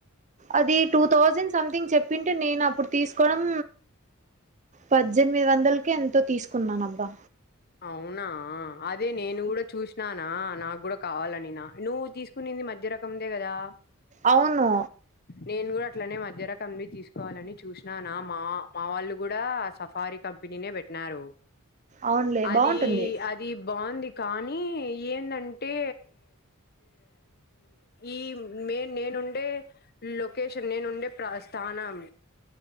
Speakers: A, on the right (about 35°); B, on the left (about 45°).
A: అది టూ థౌజండ్ సంథింగ్ చెప్పింటే నేను అప్పుడు తీసుకోవడం పద్దే నిమిది వందలకి ఎంతో తీసుకున్నాన అబ్బా
B: అవునా అదే నేను కూడా చూసినానా నాకు కూడా కావాలనినా నువ్వు తీసుకునింది మధ్య రకందే కదా
A: అవును
B: నేను కూడా అట్లనే మధ్య రకం ని తీసుకోవాలని చూసిన మా మా వాళ్ళు కూడా సఫారీ కంపెనీ పెట్టి న్నారో
A: అవునులే
B: అది
A: బాగుంటుంది
B: అది బాగుంది కానీ ఏందంటే ఈ మేన్ నేను నేనుండే లొకేషన్ నేనుండే ప్రస్థానం